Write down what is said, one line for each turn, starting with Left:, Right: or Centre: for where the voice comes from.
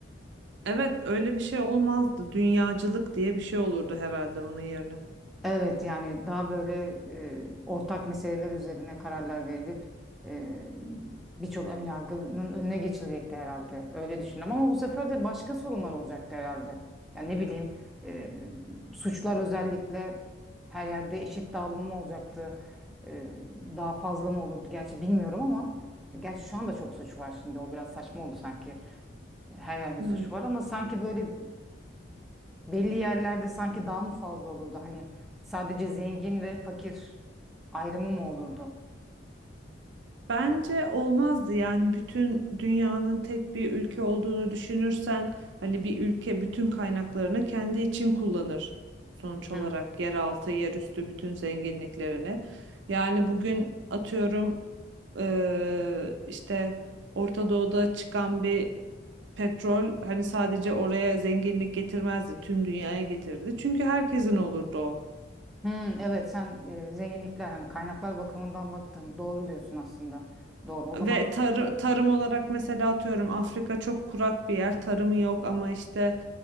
Right: Evet, öyle bir şey olmazdı. Dünyacılık diye bir şey olurdu herhalde onun yerine.
Centre: Evet yani daha böyle e, ortak meseleler üzerine kararlar verilip e, birçok önyargının önüne geçilecekti herhalde. Öyle düşündüm ama bu sefer de başka sorunlar olacaktı herhalde. Yani ne bileyim e, suçlar özellikle her yerde eşit dağılım mı olacaktı? E, daha fazla mı olurdu? Gerçi bilmiyorum ama gerçi şu anda çok suç var şimdi o biraz saçma oldu sanki. Her yerde
Right: Hmm.
Centre: suç var ama sanki böyle belli yerlerde sanki daha mı fazla olurdu? Hani sadece zengin ve fakir ayrımı mı olurdu?
Right: Bence olmazdı yani bütün dünyanın tek bir ülke olduğunu düşünürsen hani bir ülke bütün kaynaklarını kendi için kullanır sonuç olarak
Centre: Hı.
Right: yeraltı, yerüstü bütün zenginliklerini. Yani bugün atıyorum eee, işte Orta Doğu'da çıkan bir petrol hani sadece oraya zenginlik getirmezdi, tüm dünyaya getirdi. Çünkü herkesin olurdu o.
Centre: Hmm, evet sen e, zenginlikler hani kaynaklar bakımından baktın. Doğru diyorsun aslında. Doğru. O zaman
Right: Ve tarı- tarım olarak mesela atıyorum Afrika çok kurak bir yer, tarımı yok ama işte